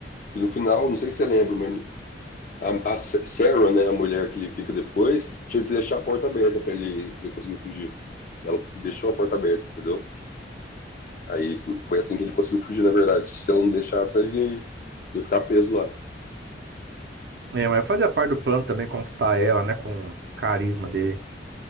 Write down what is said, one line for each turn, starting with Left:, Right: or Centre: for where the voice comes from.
Left: Que no final, não sei se você lembra, mas a, a Sarah, né, a mulher que ele fica depois, tinha que deixar a porta aberta para ele, pra ele conseguir fugir. Ela deixou a porta aberta, entendeu? Aí foi assim que ele conseguiu fugir, na verdade. Se eu não deixasse, ele ia ficar preso lá.
Right: É, mas fazia parte do plano também conquistar ela, né? Com o carisma dele.